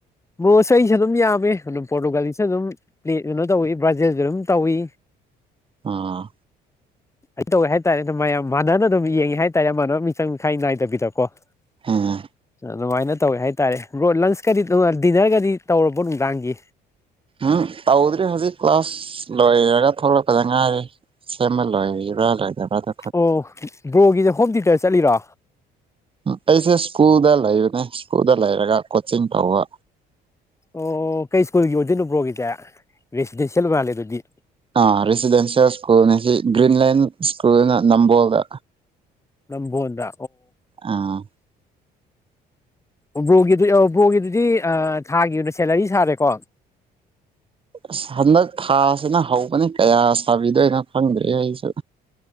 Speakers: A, on the left; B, on the right.
A: ꯕꯣꯁ ꯑꯩꯁꯨ ꯑꯗꯨꯝ ꯌꯥꯝꯃꯦ ꯑꯗꯨꯝ ꯄꯣꯔꯇꯨꯒꯥꯂꯤꯁꯨ ꯑꯗꯨꯝ ꯄ ꯀꯩꯅꯣ ꯇꯧꯏꯤ ꯕ꯭ꯔꯥꯖꯤꯜꯁꯨ ꯑꯗꯨꯝ ꯇꯧꯏ
B: ꯑ
A: ꯑꯩ ꯇꯧꯋꯦ ꯍꯥꯏꯇꯥꯔꯦ ꯃꯌꯥꯝ ꯃꯥꯟꯅꯅ ꯑꯗꯨꯝ ꯌꯦꯡꯉꯤ ꯍꯥꯏꯇꯥꯔꯦ ꯃꯥꯟꯅꯕ ꯃꯤꯆꯪ ꯃꯤꯈꯥꯏ ꯅꯥꯏꯗꯕꯤꯗꯀꯣ
B: ꯎꯝ
A: ꯑꯗꯨꯃꯥꯏꯅ ꯇꯧꯋꯦ ꯍꯥꯏꯇꯥꯔꯦ ꯕꯔꯣ ꯂꯟꯁꯀꯗꯤ ꯗꯤꯅꯔꯒꯗꯤ ꯇꯧꯔꯕꯣ ꯅꯨꯡꯗꯥꯡꯒꯤ
B: ꯎꯝ ꯇꯧꯗ꯭ꯔꯤ ꯍꯧꯖꯤꯛ ꯀ꯭ꯂꯥꯁ ꯂꯣꯏꯔꯒ ꯊꯣꯛꯂꯛꯄꯗ ꯉꯥꯏꯔꯦ ꯁꯃꯜ ꯂꯣꯏꯔꯤꯔꯥ ꯂꯣꯏꯗꯕꯔꯗꯣ
A: ꯑꯣ ꯕ꯭ꯔꯣꯒꯤꯗ ꯍꯣꯝ ꯊꯤꯌꯦꯇꯔ ꯆꯠꯂꯤꯔꯣ
B: ꯎ ꯑꯩꯁꯦ ꯁ꯭ꯀꯨꯜꯗ ꯂꯩꯕꯅꯦ ꯁ꯭ꯀꯨꯜꯗ ꯂꯩꯔꯒ ꯀꯣꯆꯤꯡ ꯇꯧꯕ
A: ꯑꯣ ꯀꯩ ꯁ꯭ꯀꯨꯜꯒꯤ ꯑꯣꯏꯗꯣꯏꯅꯣꯕ꯭ꯔꯣꯒꯤꯗꯤ ꯔꯦꯁꯤꯗꯦꯟꯁꯤꯌꯦꯜ ꯑꯣꯏ ꯃꯥꯜꯂꯦ ꯑꯗꯨꯗꯤ
B: ꯑꯥ ꯔꯦꯁꯤꯗꯦꯟꯁꯤꯌꯦꯜ ꯁ꯭ꯀꯨꯜꯅꯤ ꯁꯤ ꯒ꯭ꯔꯤꯟꯂꯦꯟ ꯁ꯭ꯀꯨꯜꯅ ꯅꯝꯕꯣꯜꯗ
A: ꯅꯕꫭꯜꯗ
B: ꯑꯥ
A: ꯑꯣꯕ꯭ꯔꯣꯒꯤꯗꯨ ꯑꯣꯕ꯭ꯔꯣꯒꯤꯗꯨꯗꯤ ꯊꯥꯒꯤ ꯑꯣꯏꯅ ꯁꯦꯂꯔꯤ ꯁꯥꯔꯦꯀꯣ
B: ꯑꯁ ꯍꯟꯗꯛ ꯊꯥꯁꯤꯅ ꯍꯧꯕꯅꯤ ꯀꯌꯥ ꯁꯥꯕꯤꯗꯣꯏꯅꯣ ꯈꯪꯗ꯭ꯔꯦ ꯑꯩꯁꯨ